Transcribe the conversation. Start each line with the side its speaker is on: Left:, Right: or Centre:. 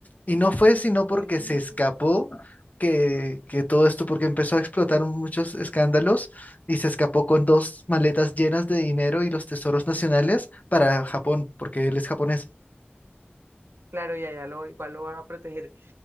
Left: Y no fue sino porque
Right: Oye,
Left: se escapó que, que todo esto, porque empezó a explotar muchos escándalos y se escapó con dos maletas llenas de dinero y los tesoros nacionales para Japón, porque él es japonés.
Right: claro, ya, ya lo, igual lo van a proteger.